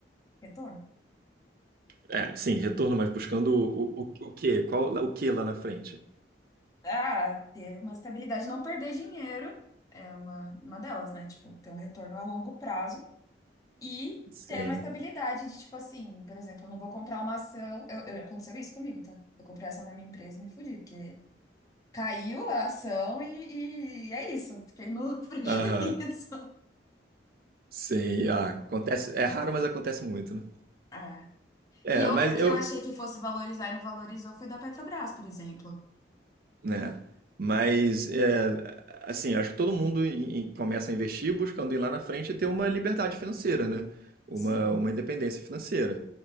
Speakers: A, on the left; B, on the right.
A: Retorno.
B: É, sim, retorno, mas buscando o, o, o quê? Qual, o quê lá na frente?
A: Ah, ter uma estabilidade, não perder dinheiro é uma, uma delas, né? Tipo, ter um retorno a longo prazo e
B: Sim.
A: ter uma estabilidade de, tipo assim, por exemplo, eu não vou comprar uma ação. Eu, eu- aconteceu isso comigo, tá? Eu comprei a ação da minha empresa e me fudi, porque caiu a ação e, e é isso. Fiquei no <laughs> prejuízo.
B: Aham. Sei, ah, acontece, é raro, mas acontece muito, né?
A: Ah.
B: É,
A: E outra
B: mas
A: que
B: eu,
A: eu achei que fosse valorizar e não valorizou foi da Petrobras, por exemplo.
B: né? Mas é, assim, acho que todo mundo em- em- começa a investir buscando ir lá na frente e ter uma liberdade financeira, né? Uma,
A: Sim.
B: uma independência financeira.